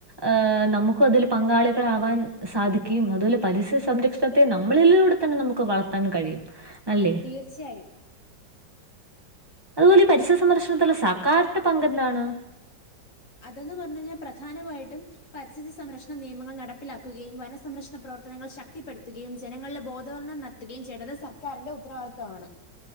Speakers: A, on the right; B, on the left.
A: ആഹ് നമുക്കുതിൽ പങ്കാളികളാവാൻ സാധിക്കുകയും, അതുപോലെ പരിസ്ഥിതി സംരക്ഷ സത്യം. നമ്മളിലൂടെ തന്നെ നമുക്കുവളർത്താൻ കഴിയുമല്ലേ
B: തീർച്ചയായും
A: അതുപോലെയീപരിസ്ഥിതി സംരക്ഷണത്തിലുള്ള സർക്കാരിന്റെ പങ്കെന്താണ്?
B: അതെന്ന് പറഞ്ഞഴിഞ്ഞാ പ്രധാനമായിട്ടും പര്സ്ഥിതി സംരക്ഷണ നിയമങ്ങൾ നടപ്പിലാക്കുകയും വനസംരക്ഷ്ണ പ്രവർത്തനങ്ങൾ ശക്തിപ്പെടുത്തുകയും ജനങ്ങളിലെ ബോധവൽനം നട എത്തുകയും ചെയ്യേണ്ടത് സർക്കാരിന്റെ ഉത്തരവാദിത്തവാണ്.